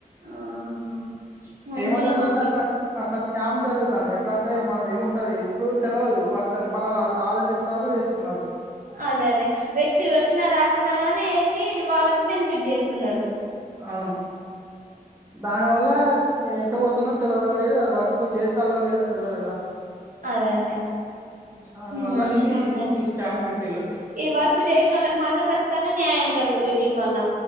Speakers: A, on the right (about 60°); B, on the right (about 15°).
A: ఆహా మంచిగా
B: ఏమైతుందంటే
A: ఉంది
B: అట్లా స్ అట్లా స్ స్కామ్ జరుగుతాంది ఎట్లా అంటే మనది ఏముంటది ఇప్పుడు తెల్వదు పర్సన్ ఫలానా ఆదరిస్తలు వేస్తున్నారు
A: అదే అదే వ్యక్తి వచ్చినా రాకున్నా గానే ఏస్ వాళ్ళకు బెనిఫిట్ చేస్ సున్నరు
B: అవును దాని వల్ల ఏ ట్టు పోతుందో తెలవట్లేదు అది వర్క్ చేసాలో లేదో తెలవదు కదా
A: అదే అదే
B: దానివల్ల
A: మంచిగనే
B: ఇది
A: ఉన్నాయి
B: ఈ స్కామ్ పెట్టిళ్ళు
A: ఈ వర్క్ చేసినోళ్ళకి మాత్రం ఖచ్చితం గా న్యాయం జరుగుద్ది దీని వల్ల